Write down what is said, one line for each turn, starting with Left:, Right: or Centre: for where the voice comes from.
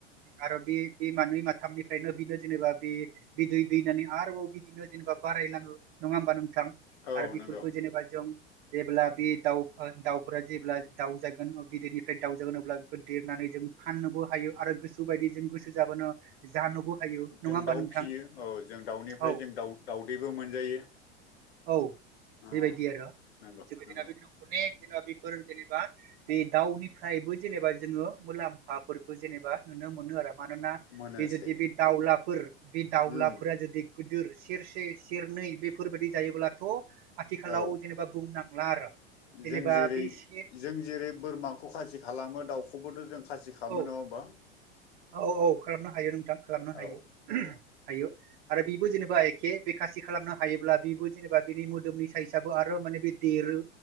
Right: आरो बे मानै माथामनिफ्रायनो बिनो जेनेबा बे दै दैनानै आरोबाव बिदिनो जेनेबा बा पायलाङो नङा होमबा नोंथां
Left: औ
Right: आरो बिफोरखो
Left: नंगौ
Right: जेनेबा जों जेब्ला बे दाउ दाउफोरा जेब्ला दाउजागोन बिदैनिफ्राय दाउजागोन अब्ला बेखौ देरनानै जों फाननोबो हायो आरो गोसो बायदि जों गोसो जाबानो जानोबो हायो नङा
Left: जों
Right: होमबा
Left: दाउ
Right: नोंथां
Left: फिसियो औ जों दाउनिफ्राय
Right: औ
Left: जों दाउ दाउदैबो मोनजायो
Right: औ
Left: ओ
Right: बेबायदि आरो
Left: नंगौ
Right: जोंनि
Left: नंगौ
Right: दिना बिदिनो अनेक जेनेबा बेफोर जेनेबा बे दाउनिफ्रायबो जेनेबा जोङो मुलाम फाफोरखौ जेनेबा नुनो मोनो आरो। मानोना
Left: मोनोसै
Right: बे जुदि बे दावलाफोर बे दाउलाफोरा
Left: उम
Right: जुदि गोदोर सेरसे सेरनै बेफोरबायदि जायोब्लाथ' आथिखालाव
Left: औ
Right: जेनेबा बुंनांला आरो जेनेबा
Left: जों जेरै
Right: बे से
Left: जों जेरै बोरमाखौ खासि खालामो दाउखौबोथ' खाजि खालामामो
Right: औ
Left: नङा होमबा।
Right: औ औ खालामनो हायो नोंथां खालामनो हायो
Left: औ औ
Right: हायो। आरो बिबो जेनेबा एखे बेखासि खालामनो हायोब्ला बिबो जेनेबा बिनि मोदोमनि साइसआबो आरो माने बे देरो